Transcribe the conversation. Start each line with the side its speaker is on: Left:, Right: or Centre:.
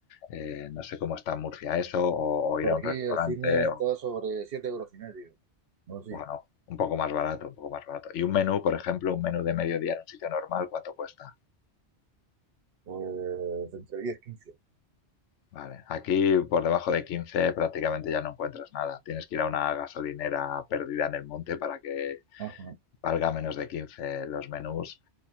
Left: eh, no sé cómo está en Murcia eso, o, o
Right: Por
Left: ir a un
Right: aquí
Left: restaurante,
Right: el cine está
Left: o,
Right: sobre 7 euros y medio, no sí,
Left: bueno, un poco más barato, un poco más barato. Y un menú, por ejemplo, un menú de mediodía en un sitio normal, ¿cuánto cuesta?
Right: pues entre 10 y 15.
Left: Vale. Aquí por debajo de 15 prácticamente ya no encuentras nada. Tienes que ir a una gasolinera perdida en el monte para que
Right: Ajá.
Left: valga menos de 15 los menús